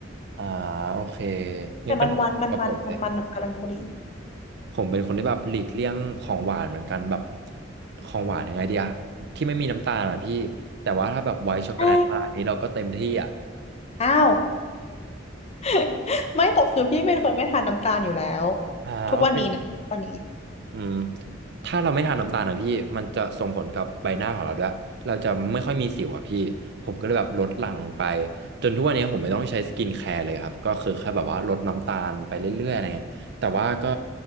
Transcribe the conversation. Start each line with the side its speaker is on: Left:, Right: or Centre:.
Right: อ่าโอเคงั้นก็น่าจะเหมือนกับผมเลย
Left: แต่มันหวานมันมันมันมันกำลังพอดี
Right: ผมเป็นคนที่แบบหลีกเลี่ยงของหวานเหมือนกันแบบของหวานยังไงเดียที่ไม่มีน้ำตาลอะพี่แต่ว่าถ้าแบบไวท์ช็อกโกแลตมาอันนี้เราก็เต็มที่อ่ะ
Left: ใช่อ้าว <laughs> ไม่แต่คือพี่เป็นคนไม่ทานน้ำตาลอยู่แล้ว
Right: อ่าโอเค
Left: ทุกวันนี้นะวันนี้
Right: อืมถ้าเราไม่ทานน้ำตาลนะพี่มันจะส่งผลกับใบหน้าของเราด้วยเราจะไม่ค่อยมีสิวอ่ะพี่ผมก็เลยแบบลดหลั่งลงไปจนทุกวันนี้ผมไม่ต้องใช้สกินแคร์เลยครับก็คือแค่แบบว่าลดน้ำตาลไปเรื่อยๆอะไรเงี้ยแต่ว่าก็